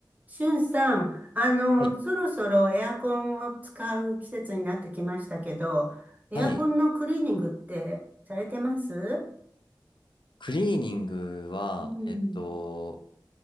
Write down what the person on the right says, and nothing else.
しゅんさん、あの、
そろそろエアコンを使う季節になってきましたけど、エアコンのクリーニングってされてます
うん。